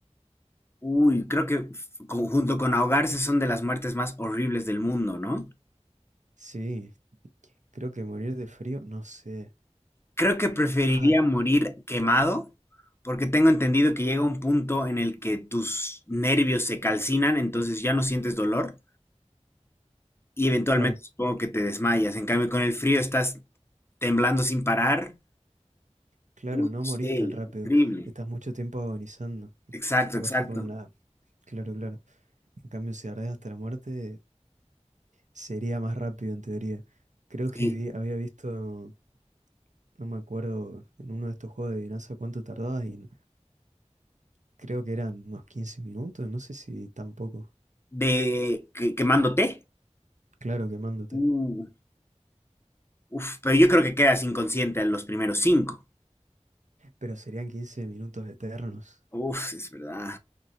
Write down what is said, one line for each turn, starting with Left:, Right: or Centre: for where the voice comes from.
Left: Uy, creo que f- con- junto con ahogarse son de las muertes más horribles del mundo, ¿no?
Right: Sí, creo que morir de frío, no sé. <laughs>
Left: Creo que preferiría
Right: Ah,
Left: morir quemado, porque tengo entendido que llega un punto en el que tus nervios se calcinan, entonces ya no sientes dolor y eventualmente
Right: claro,
Left: supongo que te desmayas. En cambio, con el frío estás temblando sin parar.
Right: claro,
Left: Uy,
Right: no
Left: sí,
Right: morís tan rápido.
Left: horrible.
Right: Estás mucho tiempo agonizando.
Left: Exacto,
Right: Capaz
Left: exacto.
Right: que con la... Claro, claro. En cambio, si ardés hasta la muerte, sería más rápido en teoría. Creo que
Left: Y
Right: vi- había visto, no me acuerdo, en uno de estos juegos de adivinanza cuánto tardabas y Creo que eran unos 15 minutos, no sé si tampoco.
Left: de que- quemándote.
Right: Claro, quemándote.
Left: Uh, uf, pero yo creo que quedas inconsciente a los primeros cinco.
Right: Pero serían 15 minutos eternos.
Left: Uf, es verdad.